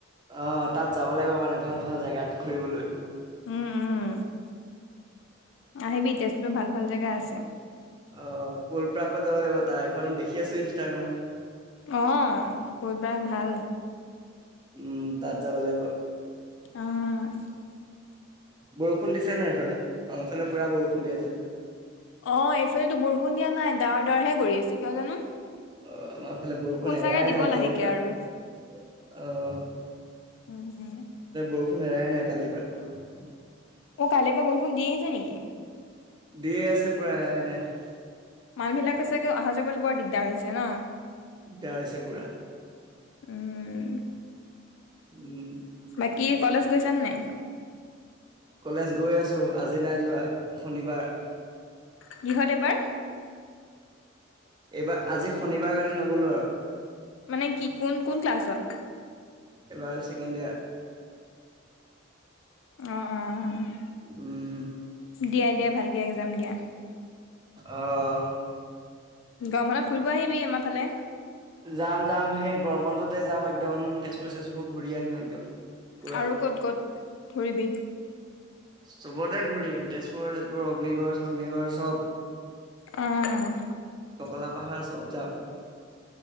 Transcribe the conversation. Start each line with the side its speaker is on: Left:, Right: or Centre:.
Right: অ'! তাত যাব লাগিব মানে, ভাল-ভাল জেগাত ঘুৰিবলৈ।
Left: উম, উম। আহিবি, তেজপুৰ ভাল-ভাল জেগা আছে।
Right: অ' ক'লপাৰ্কত যাব লাগিব তাৰ এখন দেখি আছো ইনষ্টাগ্ৰামত।
Left: অ'! <unintelligible> ভাল।
Right: উম তাত যাব লাগিব।
Left: অ'!
Right: বৰষুণ দিছে নাই সেইফালে? অ'! এইফালে, পূৰা বৰষুণ দি আছে।
Left: অ' এইফালেতো বৰষুণ দিয়া নাই ডাৱৰ ডাৱৰহে কৰি আছে কিয় জানো।
Right: অহ, আমাৰ ফালে বৰষুণ এৰাই
Left: চাগে দিব
Right: নাই
Left: লাহেকে
Right: কালিৰ পৰা।
Left: আৰু
Right: অহ,
Left: উম উম
Right: বৰষুণ এৰাই নাই কালিৰ পৰা।
Left: অ'! কালি পৰা বৰষুণ দি আছে নেকি?
Right: দিয়ে আছে পুৰা এৰা ই নাই।
Left: মানু্হ বিলাকে চাগে, অহা-যোৱা কৰিবলে বৰ দিগদাৰ হৈছে ন'?
Right: দিগদাৰ হৈছে পূৰা।
Left: উম।
Right: উম।
Left: বাকী কলেজ গৈছা নাই।
Right: কলেজ গৈ আছো আজি নাই যোৱা শনিবাৰ।
Left: কিহত এইবাৰ।
Right: এইবাৰ আজি শনিবাৰ কাৰণে নগলোঁ আৰু।
Left: মানে কি কোন কোন ক্লাছত।
Right: এইবাৰ ছেকেণ্ড ইয়াৰ।
Left: অ' অ'!
Right: উম
Left: দিয়া-দিয়া, ভালকে একজাম দিয়া।
Right: আহ।
Left: গৰম বন্ধত ফুৰিব আহিবি আমাৰ ফালে।
Right: যাম, যাম সেই গৰম বন্ধ তে যাম একদম। তেজপুৰ ঘূৰি আহিম একদম। পুৰা।
Left: আৰু ক'ত, ক'ত ঘুৰিবি।
Right: চবতে ঘূৰিম তেজপুৰ ছেজপুৰ অগ্নিগড় চগ্নিগড় চব।
Left: অহ।
Right: টকলা পাহাৰ ছাব যাম।